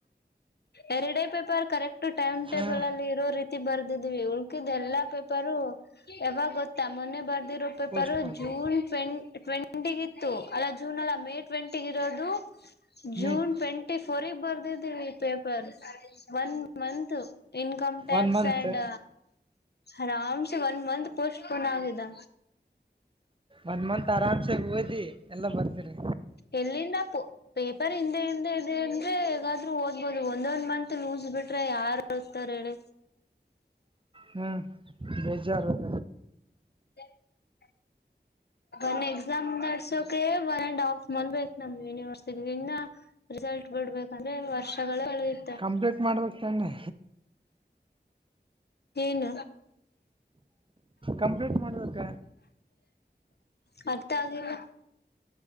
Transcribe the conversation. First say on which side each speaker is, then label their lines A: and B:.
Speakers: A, on the left; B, on the right.
A: ಎರಡೇ ಪೇಪರ್ ಕರೆಕ್ಟ್ ಟೈಮ್ ಟೇಬಲ್
B: ಹಾಂ
A: ಅಲ್ಲಿ ಇರೋ ರೀತಿ ಬರ್ದಿದ್ವಿ ಉಳ್ಕಿದ ಎಲ್ಲಾ ಪೇಪರು ಯಾವಾಗ ಗೊತ್ತಾ ಮೊನ್ನೆ ಬರ್ ರೂಪಾಯಿ
B: ಪೋಸ್ಟ್ಪೋಂಡು
A: ಪರ ಜೂನ್ ಟ್ ಟ್ವೆಂಟಿ ಇತ್ತು ಅಲ್ಲ ಜೂನ್ ಅಲ್ಲ ಮೇ ಟ್ವೆಂಟಿ ಇರೋದು ಜೂನ್
B: ಮೀಟ್
A: ಟ್ವೆಂಟಿ ಫೋರ್ಗೆ ಬರ್ದಿದ್ದೀವಿ paper one month income tax
B: one month
A: and ಆರಾಮ ಸ ವನ್ ಮಂತ್ ಪೋಸ್ಟ್ ಫೋನ್ ನಿದ್ದ
B: ಒಂದ್ ಮಂತ್ ಆರಾಮ್ಸೆ ಹೋದಿ ಎಲ್ಲ ಬರ್ತರಿ
A: ಎಲ್ಲಿಂದ ಪೇಪರ್ ಹಿಂದೆ ಹಿಂದೆ ಇದೆ ಅಂದ್ರೆ ಹೇಗಾದ್ರೂ ಓದ್ಬಹುದು ಒಂದೊಂದ್ ಮಂತ್ ಲೂಸ್ ಬಿಟ್ಟ ಟ್ರ ಯಾರ ಇತಾರ ಹೇಳಿ
B: ಹ್ಮ್ ಬೇಜಾರದ
A: ಹ ಒ ಎಕ್ಸಾಮ್ ನಡೆಸೋಕೆ ಒನ್ ಅಂಡ್ ಹಾಫ್ ಮ ಬಯತ ನಮ ಯನಿವರ್ಸಿಟಿ ಲ್ ಬಿಡ್ಬೇಕಂದ್ರೆ ವರ್ಷಗಳ ಒಳಗತೆ
B: ಕಂಪ್ಲೀಟ್ ಮಾಡ್ಬೇಕ್ ತಾನೆ
A: ತೀನ್
B: ಕಂಪ್ಲೀಟ್ ಮಾಡದಕ್ಕೆ
A: ಬರ್ತಾವದಿಲ್ಲ